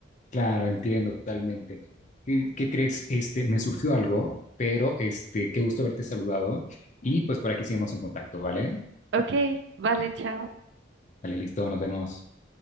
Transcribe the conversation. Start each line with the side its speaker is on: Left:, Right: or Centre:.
Left: claro, entiendo totalmente. ¿Y ¿Qué crees? Este, me surgió algo, pero este, qué gusto haberte saludado y pues por aquí seguimos en contacto, ¿vale?
Right: Ok, vale, chao.
Left: Vale, listo, nos vemos.